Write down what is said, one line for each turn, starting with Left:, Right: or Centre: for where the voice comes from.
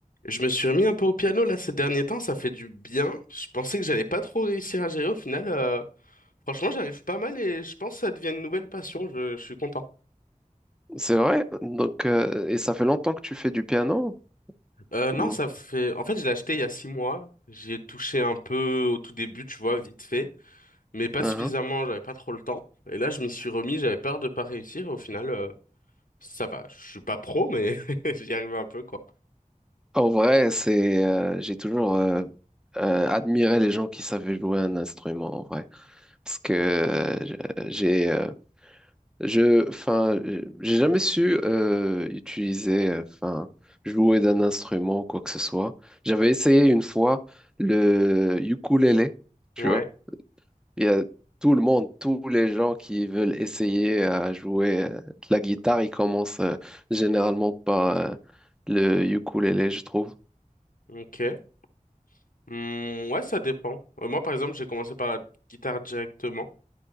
Left: Je me suis remis un peu au piano là ces derniers temps, ça fait du bien. Je pensais que j'allais pas trop réussir à gérer au final. euh, franchement, j'arrive pas mal et je pense que ça devient une nouvelle passion. Je, je suis content.
Centre: C'est vrai? Donc, euh, et ça fait longtemps que tu fais du piano?
Left: Euh, non,
Centre: Ou...
Left: ça fait. En fait, je l'ai acheté il y a six mois. J'y ai touché un peu au tout début, tu vois, vite fait, mais pas
Centre: Uhum.
Left: suffisamment. J'avais pas trop le temps. Et là, je m'y suis remis. J'avais peur de pas réussir. Au final, euh, ça va. Je suis pas pro, mais <laughs> j'y arrive un peu quoi.
Centre: En vrai, c'est, euh, j'ai toujours euh, euh, admiré les gens qui savaient jouer un instrument, en vrai. Parce que euh, j'ai, euh, je, enfin, euh, j'ai jamais su euh, utiliser, euh, enfin, jouer d'un instrument ou quoi que ce soit. J'avais essayé une fois le ukulélé, tu
Left: Ouais.
Centre: vois. Il y a tout le monde, tous les gens qui veulent essayer euh, à jouer euh, de la guitare, ils commencent euh, généralement par euh, le ukulélé, je trouve.
Left: Ok. Hmm, ouais, ça dépend. Euh, moi, par exemple, j'ai commencé par la guitare directement.